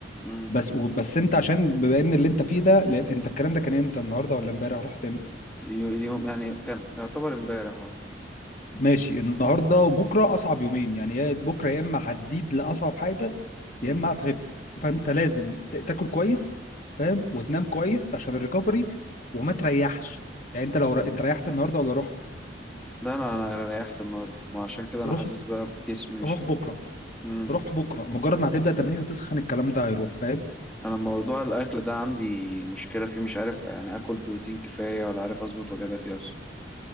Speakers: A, in the centre; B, on the left.
A: أمم.
B: بس و- بس انت عشان بما ان اللي انت فيه ده لأن انت الكلام ده كان امتى النهارده ولا امبارح رحت امتى
A: يوم يعني كان يعتبر امبارح اه
B: ماشي النهارده وبكره اصعب يومين يعني يا بكره يا اما هتزيد لاصعب حاجه
A: أمم.
B: يا اما هتخف فانت لازم ت- تاكل كويس فاهم وتنام كويس عشان الريكفري وما تريحش يعني انت لو ر... انت ريحت النهارده ولا رحت
A: لا انا انا ريحت النهارده ما عشان كده انا
B: روح
A: حاسس بقى بجسمي مش
B: روح
A: قادر.
B: بكره
A: امم
B: روح بكره مجرد ما هتبدا تمرين وتسخن الكلام ده هيروح فاهم
A: انا موضوع الاكل ده عندي مشكله فيه مش عارف يعني اكل بروتين كفايه ولا عارف اظبط وجباتي اصلا